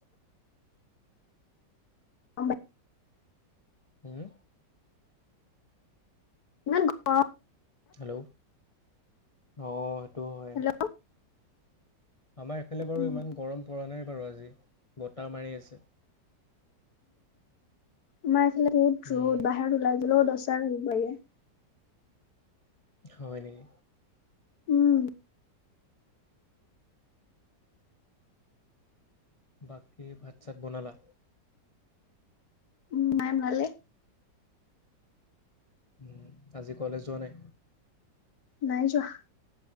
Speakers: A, on the left; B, on the left.
A: অ
B: হম
A: ইমান গৰম
B: হেল্ল' অঁ সেইটো হয়।
A: হেল্ল'
B: আমাৰ এফালে বাৰু
A: উম
B: ইমান গৰম পৰা নাই বাৰু আজি বতাহ মাৰি আছে
A: আমাৰফালে ৰত
B: উম,
A: ৰ'দ বাহিৰত ওলাই গলেও দহটাৰ ' পাগে <unintelligible>
B: হয় নেকি।
A: উম।
B: বাকী ভাত চাত বনালা।
A: উম মাঁ ভাল নে।
B: উ আজি কলেজ যোৱা নাই।
A: নাই যোৱা।